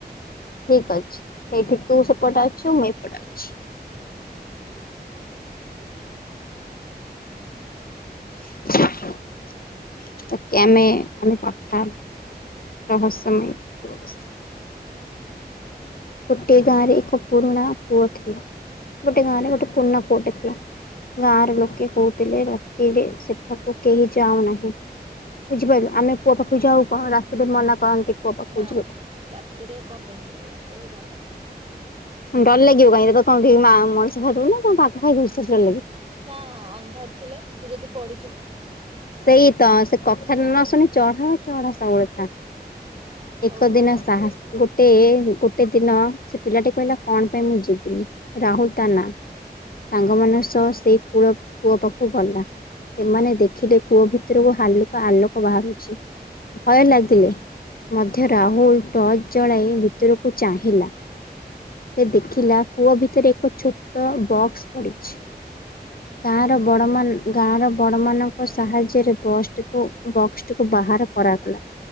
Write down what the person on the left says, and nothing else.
ଠିକ୍ ଅଛି ସେଇଠି ତୁ ସେପଟେ ଅଛୁ ମୁଁ ଏପଟେ ଅଛି। ହ ତ କେ ଆମେ ଆମେ କଥା ହବା। ରହସ୍ୟମୟ କୁଅ ବିଷୟରେ।
ଗୋଟଏ ଗାଁ ରେ ଏକ ପୁରୁଣା କୁଅ ଥିଲା। ଗୋଟେ ଗାଁରେ ଗୋଟେ ପୁଋଣା କୁଅଟେ ଥିଲା ଗାଁ ର ଲୋକେ
କୋଉ ଥିଲେ ରାତିରେ ସେଠାକୁ କେହି ଯାଉନାହିଁ ବୁଝିପାରିଲୁ ଆମେ କୁଅ ପାଖକୁ ଯାଉ କଣ
ସେଠେ
ମନା କରନ୍ତି କୁଅ ପାଖକୁ
ଯିବାକୁ।
ଡର ଲାଗିବ କାହିଁକି ତତେ କଣକିଏ ମଣିସ ଖାଇଦବ ନା ବାଘ ବାଘ ଖାଇଦେଉଛି ସେତଳେ
ସେଇ ତ ସେ କଥାଟା ନ ଶୁଣି ଚଢା ବା ଚଢା ସବୁଳେଥା।
ଏକ
ଦିନ ସାହସ ଗୁଟେ ଗୁଟେ ଦିନ ସେ ପିଲାଟି କହିଲା କଣ ପାଇଁ ମୁଁ ଯିବିନି। ରାହୁଲ ତା ନାଁ। ସାଙ୍ଗ ମାନ ସହ ସେଇ କୂଳ କୂଅ ପାଖକୁ ଗଲା। ସେମାନେ ଦେଖିଲେ କୂଅ ଭିତରକୁ ହାଲୁକା ଆଲୋକ ବାହାରୁଛି, ଭୟ ଲାଗିଲେ ମଧ୍ୟ ରାହୁଲ ଟର୍ଚ ଜଳାଇ ଭିତରକୁ ଚାହିଁଲା। ସେ ଦେଖିଲା କୂଅ ଭିତରେ ଏକ ଛୋଟ ବକ୍ସ ପଡିଛି। ଗାଁର
ବଡମାନ ଗାଁର ବଡମାନ କ ସାହାଯ୍ୟରେ ବସ୍ ଟିକୁ ବକ୍ସଟିକୁ ବାହାର କରାଗଲା।